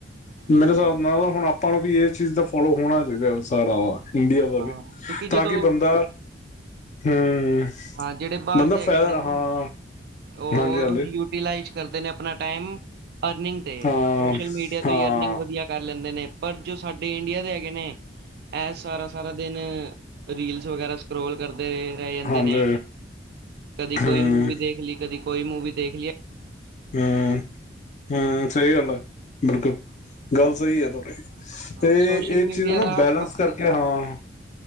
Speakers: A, on the right (about 60°); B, on the left (about 40°).
A: ਹਾਂਜੀ
B: ਮੇਰੇ ਹਿਸਾਬ ਨਾਲ ਹੁਣ ਆਪਾਂ ਨੂੰ ਵੀ ਇਸ ਚੀਜ਼ ਦਾ ਫੋਲੋ ਹੋਣਾ ਚਾਹੀਦਾ ਸਾਰਾ ਵ ਇੰਡੀਆ ਦਾ
A: ਹਾਂ
B: ਵੀ
A: ਕਿਉਂਕਿ
B: ਤਾਂ
A: ਜਦੋਂ
B: ਕਿ ਬੰਦਾ ਹਮ,
A: ਹਾਂ ਜਿਹੜੇ ਬਾਹਰ
B: ਬੰਦਾ
A: ਦੇ ਹੈਗੇ
B: ਫਾਇਦਾ
A: ਨੇ ਨਾ
B: ਹਾਂ।
A: ਉਹ
B: ਹਾਂਜੀ ਹਾਂਜੀ
A: ਯੂਟੀਲਾਈਜ਼ ਕਰਦੇ ਨੇ ਆਪਣਾ ਟਾਈਮ ਅਰਨਿੰਗ ਤੇ
B: ਹਾਂ
A: ਸੋਸ਼ਲ ਮੀਡੀਆ ਤੋਂ
B: ਹਾਂ
A: ਹੀ ਅਰਨਿੰਗ ਵਧੀਆ ਕਰ ਲੈਂਦੇ ਨੇ। ਪਰ ਜੋ ਸਾਡੇ ਇੰਡੀਆ ਦੇ ਹੈਗੇ ਨੇ ਏਸ ਸਾਰਾ-ਸਾਰਾ ਦਿਨ ਰੀਲਸ ਵਗੈਰਾ ਸਕੋਲ ਕਰਦੇ ਰਹਿ ਜਾਂਦੇ
B: ਹਾਂਜੀ
A: ਨੇ ਕਦੀ ਕੋਈ
B: ਹਮ
A: ਮੂਵੀ ਦੇਖ ਲਈ, ਕਦੀ ਕੋਈ ਮੂਵੀ ਦੇਖ ਲਈਏ।
B: ਹੂੰ-ਹੂੰ, ਸਹੀ ਗੱਲ ਆ ਬਿਲਕੁਲ। ਗੱਲ ਸਹੀ ਹੈ, ਤੁਹਾਡੀੇ
A: ਹਾਂ
B: ਤੇ
A: ਸੋਸ਼ਲ
B: ਇਹ
A: ਮੀਡੀਆ
B: ਚੀਜ਼ ਨਾ
A: ਦਾ
B: ਬੈਲੈਂਸ ਕਰਕੇ ਹਾਂ।